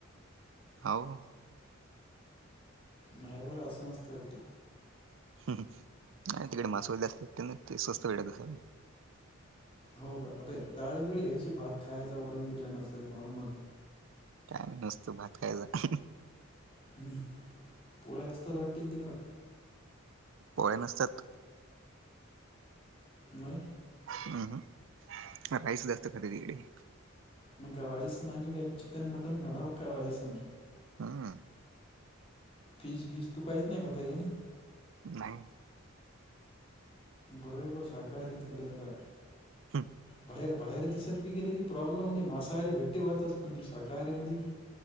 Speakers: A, on the right; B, on the left.
A: हाव.
B: नाहीवर असं नसतय वाटते.
A: नाही तिकडे मासेवाले जास्त आहेत त्यांना ते स्वस्त भेटत असेल.
B: हो ग अबे डाळबिळ घ्यायची भात खायचा वरण-बिरण असं नॉर्मल.
A: काय नसतं भात खायचा.
B: हम्म पोळ्या असतात वाटतेन तिकडं.
A: पोळ्या नसतात.
B: मग?
A: अ हम्म राईस जास्त खातात इकडे.
B: मग काय राईसन आम्ही काय चिकन मटन खाणार का राईसन?
A: हम्म
B: फीश गीस तू काहीच नाही खातायानी?
A: नाही.
B: बरय ब शाकाहारी तीकड यदा.
A: हम.
B: बाहेर, बाहेर दिसत बी गेले की प्रॉब्लेम होतेे मसाहारी भेट्टी भातच पण ती शाकाहारी मधी. <inaudible>